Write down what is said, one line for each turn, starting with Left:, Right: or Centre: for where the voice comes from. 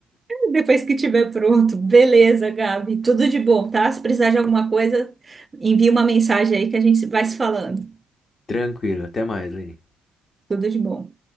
Right: Depois que tiver pronto, beleza, Gabi. Tudo de bom, tá? Se precisar de alguma coisa, envia uma mensagem aí que a gente vai se falando.
Left: Tranquilo, até mais, Lê.
Right: Tudo de bom.